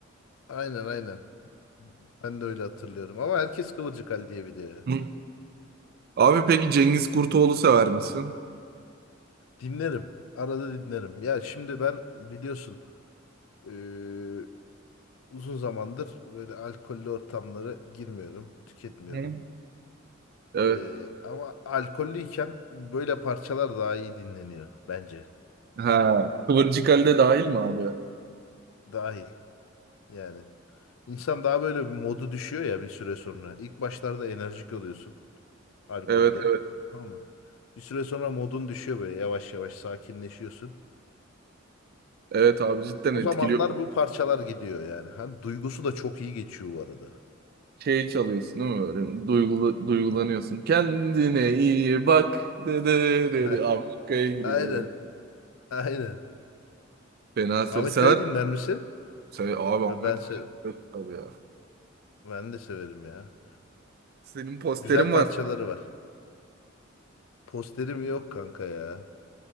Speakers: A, on the left; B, on the right.
A: Aynen aynen. Ben de öyle hatırlıyorum. Ama herkes Kıvırcık Ali diye biliyor.
B: Hı. Abi peki Cengiz Kurtoğlu sever misin?
A: Dinlerim. Arada dinlerim. Ya şimdi ben biliyorsun eee, uzun zamandır böyle alkollü ortamlara girmiyorum, tüketmiyorum.
B: Benim Evet.
A: Eee, ama alkollüyken böyle parçalar daha iyi dinleniyor bence.
B: Ha. Kıvırcık Ali de dahil mi abi? Hı.
A: Dahil yani. İnsan daha böyle bir modu düşüyor ya bir süre sonra. İlk başlarda enerjik oluyorsun alkolde.
B: Evet evet.
A: Ama bir süre sonra modun düşüyor böyle yavaş yavaş sakinleşiyorsun.
B: Evet abi cidden
A: O
B: etkiliyor.
A: zamanlar bu parçalar gidiyor yani. Hem duygusu da çok iyi geçiyor bu arada.
B: Şey çalıyorsun değil mi böyle? Duygulu, duygulanıyorsun. Kendine iyi bak. De, de, de,
A: Heh,
B: de. Abi Kaya giriyor
A: Aynen,
B: böyle.
A: aynen.
B: Fena sarı
A: Ahmet
B: sever.
A: Kaya dinler misin?
B: Sever. Abi Ahmet
A: Ve ben se
B: Kaya. Tabii ya.
A: ben de severim ya.
B: Senin posterin
A: Güzel parçaları
B: var.
A: var. Posterim yok kanka ya.